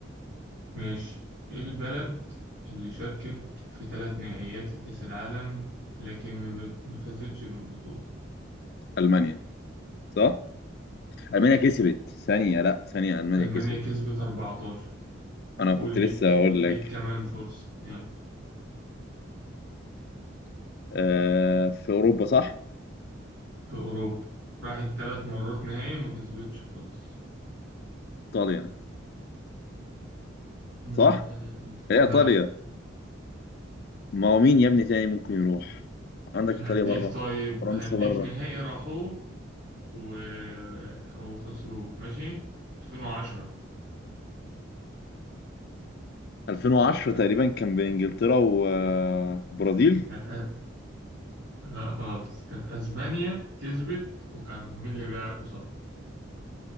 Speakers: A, on the right; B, on the left.
A: ماشي ايه البلد اللي شاركت في ثلاث نهائيات لكأس العالم لكن ما بت- ما فازتش بالبطولة
B: المانيا صح المانيا كسبت ثانيه لا ثانيه المانيا
A: ألمانيا
B: كسبت
A: كسبت 14
B: انا
A: قول
B: كنت
A: ليك
B: لسه اقول
A: ليك
B: لك
A: كمان فرصة يلا
B: آه في اوروبا صح
A: في أوروبا راحت ثلاث مرات نهائي وما كسبتش خالص
B: ايطاليا
A: مم،
B: صح هي
A: لا
B: ايطاليا ما هو مين يا ابني تاني ممكن يروح عندك
A: هديك
B: ايطاليا بره
A: طيب
B: فرنسا
A: هديك
B: بره
A: نهائي راحوه و... وخسروه ماشي 2010
B: 2010
A: لا،
B: تقريبا كان بين انجلترا وبرازيل
A: كانت أ... لا خالص كانت أسبانيا كسبت وكان مين اللي بيلعب قصادها